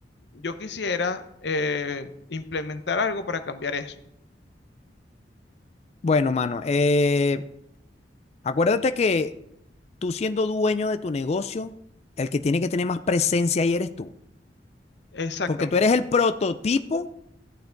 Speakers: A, on the left; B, on the left.
A: yo quisiera eh, implementar algo para cambiar eso.
B: Bueno, mano, eh, acuérdate que tú siendo dueño de tu negocio, el que tiene que tener más presencia ahí eres tú,
A: Exactamente.
B: porque tú eres el prototipo